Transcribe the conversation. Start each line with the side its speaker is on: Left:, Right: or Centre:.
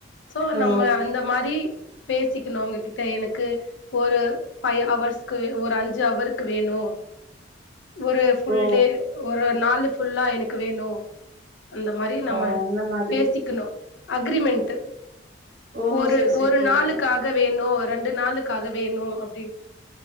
Left: சோ
Right: ஓ!
Left: நம்ம அந்த மாரி பேசிக்கணும் உங்ககிட்ட எனக்கு ஒரு ஃபைவ் ஹவர்ஸ் ஒரு அஞ்சு அவருக்கு வேணும் ஒரு ஃபுல்
Right: ஓ!
Left: டே ஒரு நாலு ஃபுல்லா எனக்கு வேணு அந்த மாரி நம்ம
Right: ஓ! அந்த மாதிரி.
Left: பேசிக்கணும் அக்ரிமெண்ட் ட்டு
Right: ஓ!
Left: ஒரு
Right: சரி, சரி.
Left: ஒரு
Right: புரியுது.
Left: நாளுக்காக வேணும் ரெண்டு நாளுக்காக வேணு அப்